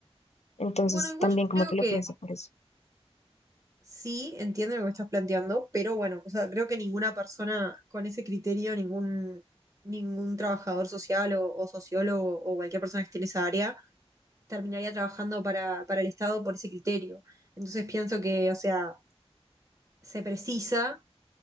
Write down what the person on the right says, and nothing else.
Bueno, igual
yo
creo
que
sí, entiendo lo que estás planteando, pero bueno, o sea, creo que ninguna persona con ese criterio, ningún, ningún trabajador social o, o sociólogo o cualquier persona que esté en esa área, terminaría trabajando para, para el Estado por ese criterio. Entonces pienso que, o sea, se precisa,